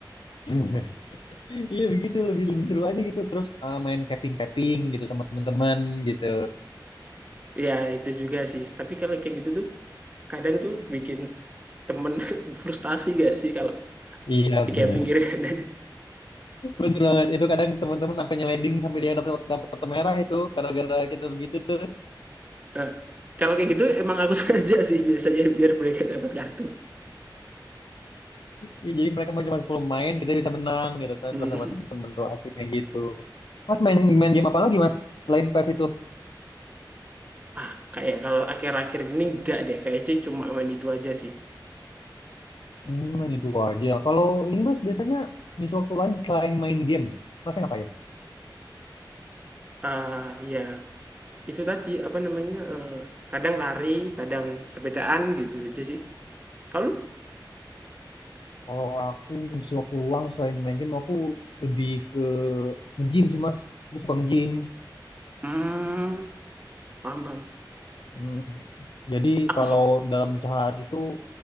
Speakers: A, on the left; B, on the right.
A: <laughs> Iya begitu lebih lebih seru aja gitu terus uh, main capping capping gitu sama teman-teman gitu
B: Ya itu juga sih, tapi kalau kayak gitu tuh kadang tuh bikin temen <laughs> frustasi nggak sih kalau
A: iya
B: di
A: benar
B: kayak pinggir kanan?
A: benar banget itu kadang teman-teman sampai nyeleding sampai dia dapat dapat kartu merah itu gara-gara kita begitu tuh
B: Heeh, kalau kayak gitu emang aku <laughs> sengaja sih biasanya biar mereka dapat kartu.
A: Iya, jadi mereka mah cuma 10 main, kita bisa menang gitu kan
B: Mhm,
A: kalau sama temen-temen tuh asiknya gitu. Mas main main game apa lagi Mas selain PES itu?
B: ah, kayak kalau akhir-akhir ini enggak deh, kayaknya cuma main itu aja sih.
A: Hmm, main itu aja. Kalau ini Mas biasanya ngisi waktu lain selain main game, Mas ngapain?
B: Ah ya. Itu tadi, apa namanya, eee, kadang lari, kadang sepedaan, gitu aja sih. Kalau lu?
A: Kalau aku ngisi waktu luang selain main game, aku lebih ke nge-gym sih Mas. Aku suka nge-gym.
B: Mmm. Paham paham.
A: Hmm, Jadi
B: Aku
A: kalau
B: sep
A: dalam sehari itu